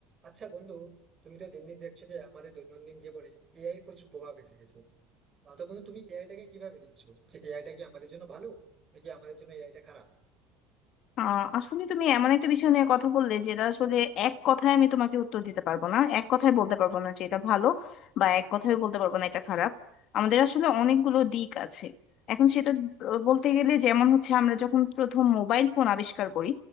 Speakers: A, on the right; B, on the left.
A: আচ্ছা বন্ধু তুমি তো দিন দিন দেখছো যে আমাদের দৈনন্দিন জীবনে এআই এর প্রচুর প্রভাব এসে গেছে আহ, তো বন্ধু তুমি এআইটাকে কিভাবে নিচ্ছো যে এআইটা কি আমাদের জন্য ভালো নাকি আমাদের জন্য এআইটা খারাপ
B: আহ আসলে তুমি এমন একটা বিষয় নিয়ে কথা বললে যেটা আসলে এক কথায় আমি তোমাকে উত্তর দিতে পারবো না এক কথায় বলতে পারবো না যে এটা ভালো বা এক কথায় বলতে পারবো না এটা খারাপ আমাদের আসলে অনেকগুলো দিক আছে এখন সেটা আহ, বলতে গেলে যেমন হচ্ছে আমরা যখন প্রথম মোবাইল ফোন আবিষ্কার করি